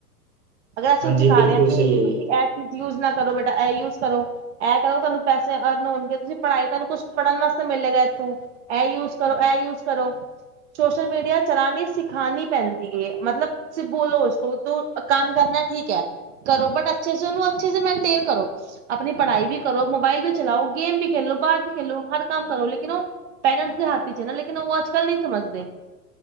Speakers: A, on the right; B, on the right.
A: ਅਗਰ ਅਸੀਂ
B: ਹਾਂਜੀ
A: ਹੁਣ ਸਿਖਾ
B: ਬਿਲਕੁਲ
A: ਰਹੇ ਹਾਂ ਕਿ
B: ਸਹੀ ਹੈ
A: ਤੁਸੀਂ
B: ਜੀ
A: ਇਹ ਚੀਜ਼ ਯੂਜ ਨਾ ਕਰੋ ਬੇਟਾ ਇਹ ਯੂਜ ਕਰੋ ਇਹ ਕਰੋ ਤੁਹਾਨੂੰ ਪੈਸੇ ਅਰਨ ਹੋਣਗੇ ਤੁਸੀਂ ਪੜ੍ਹਾਈ ਤੁਹਾਨੂੰ ਕੁਛ ਪੜ੍ਹਨ ਵਾਸਤੇ ਲੈ ਗਏ ਤੂੰ ਇਹ ਯੂਜ ਕਰੋ ਐ ਯੂਜ਼ ਕਰੋ ਸੋਸ਼ਲ ਮੀਡੀਆ ਚਲਾਨੀ ਸਿਖਾਣੀ ਪੈਂਦੀ ਹੈ ਮਤਲਬ ਤੁਸੀਂ ਬੋਲੋ ਉਸ ਤੂੰ ਕੰਮ ਕਰਨਾ ਠੀਕ ਹੈ ਕਰੋ ਬਟ ਅੱਛੇ ਸ ਉਹਨੂੰ ਅੱਛੇ ਸੇ‌ ਮਨਟੇਨ ਕਰੋ ਆਪਣੀ ਪੜ੍ਹਾਈ ਵੀ ਕਰੋ, ਮੋਬਾਈਲ ਵੀ ਚਲਾਓ, ਗੇਮ ਵੀ ਖੇਲੋ, ਬਾਹਰ ਵੀ ਖੇਲੋ, ਹਰ ਕੰਮ ਕਰੋ ਲੇਕਨ ਉਹ ਪੇਰੈਂਟਸ ਦੇ ਹੱਥ ਚ' ਹੈ ਨਾ ਲੇਕਿਨ ਅੱਜ ਕੱਲ ਨਹੀਂ ਸਮਝਦੇ